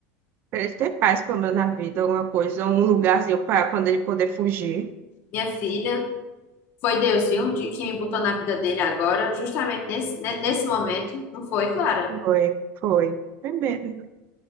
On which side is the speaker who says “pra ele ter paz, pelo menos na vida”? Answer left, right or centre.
Right